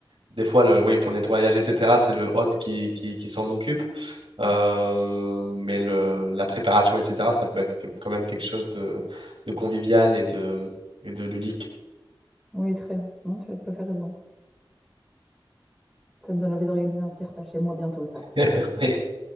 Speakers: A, on the right; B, in the centre.
A: des fois, le, oui, pour le nettoyage, etc., c'est le hôte qui, qui, qui s'en occupe. Euh, mais le, la préparation, etc., ça peut être que- quand même quelque chose de, de convivial et de, et de ludique.
B: oui, très. Non, tu as tout à fait raison. Ça me donne envie d'organiser un petit repas chez moi bientôt, ça.
A: <laughs> Oui.